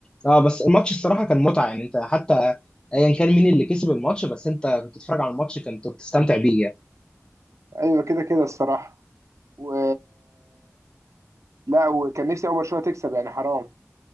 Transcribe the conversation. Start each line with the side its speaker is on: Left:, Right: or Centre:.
Left: اه بس الماتش الصراحه كان متعه يعني انت حتى ايا كان مين اللي كسب الماتش بس انت كنت بتتفرج على الماتش كنت بتستمتع بيه يعني.
Right: أيوة كده كده الصراحة و لا وكان نفسي أول برشلونة تكسب يعني حرام